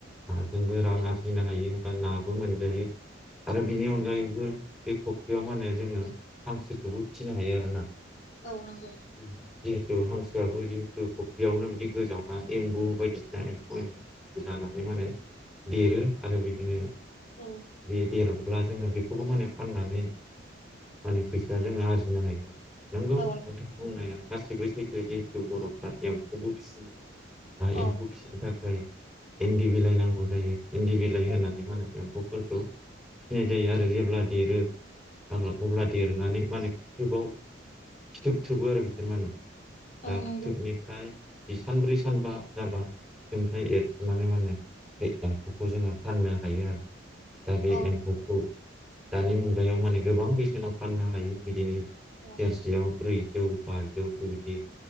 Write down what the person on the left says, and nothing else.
औ नंगौ
औ
औ
औ
औ
औ नंगौ
औ
औ